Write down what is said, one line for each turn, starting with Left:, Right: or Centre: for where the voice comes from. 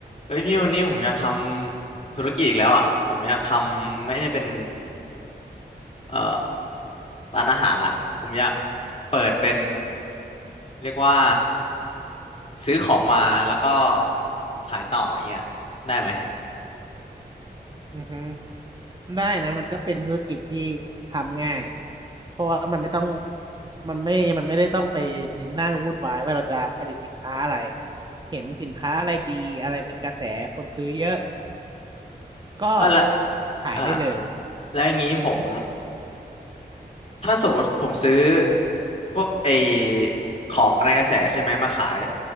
Left: เฮ้ยพี่วันนี้ผมอยากทำธุรกิจอีกแล้วอ่ะผมอยากทำไม่ได้เป็นเอ่อร้านอาหารละผมอยากเปิดเป็นเรียกว่าซื้อของมาแล้วก็ขายต่ออย่างเงี้ยได้ไหม
Right: อือฮึได้นะมันก็เป็นธุรกิจที่ทำง่าย เพราะว่ามันไม่ต้อง มันไม่มันไม่ได้ต้องไปนั่งวุ่นวายว่าเราจะผลิตสินค้าอะไร เห็นสินค้าอะไรดีอะไรเป็นกระแสคนซื้อเยอะ ก็
Left: อ่ะละ
Right: ขายได้เลย
Left: อ่าแล้วอย่างนี้ผมถ้าสมมติผมซื้อพวกไอของในกระแสใช่ไหมมาขาย